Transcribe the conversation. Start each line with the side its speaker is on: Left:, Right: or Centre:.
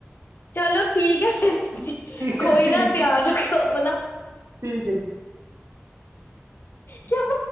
Left: ਚਲੋ ਠੀਕ ਹੈ ਫਿਰ ਤੁਸੀਂ
Right: ਹੈ
Left: ਕੋਈ
Right: ਠੀਕ
Left: ਨਾ ਤਿਆਰ
Right: ਹੈ
Left: ਰੱਖਿਓ ਆਪਣਾ।
Right: ਠੀਕ ਹੈ ਜੀ।
Left: ਕਿ ਬ